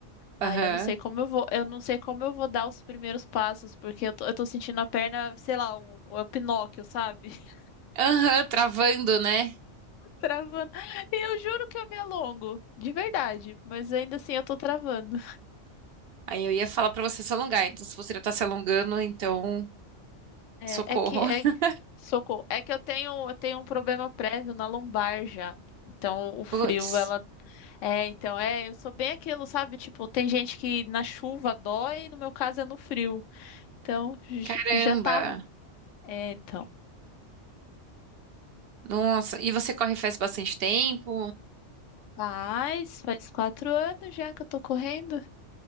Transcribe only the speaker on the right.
Aham.
Aham, travando, né?
Aí eu ia falar pra você se alongar. Então, se você já tá se alongando, então
socorro.
<laughs>
Putz,
caramba.
Nossa, e você corre faz bastante tempo?